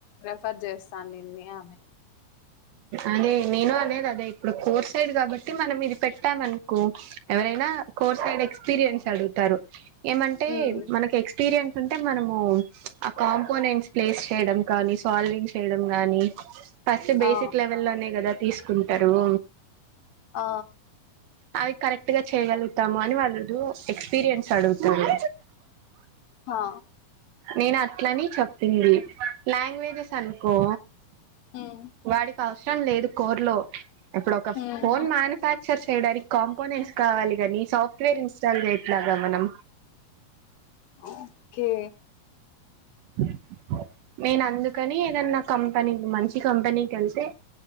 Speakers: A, on the left; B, on the right.
A: రిఫర్ చేస్తాను నిన్నే అని
B: అదే నేను అనేది అదే ఇప్పుడు కోర్ సైడ్ కాబట్టి మనం ఇది పెట్టామనుకో ఎవరైనా కోర్ సైడ్ ఎక్స్పీరియన్స్ అడుగుతారు ఏమంటే
A: ఉమ్,
B: మనకి ఎక్స్పీరియన్ అంటే మనము ఆ కాంపోనెంట్స్ ప్లేస్ చేయడం కానీ సాల్వింగ్ చేయడం కానీ బేసిక్
A: ఆ
B: లెవెల్లోనే కదా తీసుకుంటరూ
A: ఆ
B: అవి కరెక్ట్ గా చేయగలుగుతాము అని వాళ్ళు ఎక్స్పీరియన్స్ అడుగుతారు
A: హా
B: నేను అట్లని చెప్పింది లాంగ్వేజెస్ అనుకో
A: ఉమ్
B: వాడికి అవసరం లేదు కోర్ లో ఇప్పుడు ఒక
A: అని
B: ఫోన్ మ్యానుఫ్యాక్చర్ చేయడానికి కాంపోనెంట్స్ కావాలి గాని సాఫ్ట్వేర్ ఇన్స్టాల్ చేయట్లాగా మనం
A: ఓకే
B: <inaudible> నేను అందుకని ఏదన్నా కం కానీ మంచి కంపెనీ కెళ్తే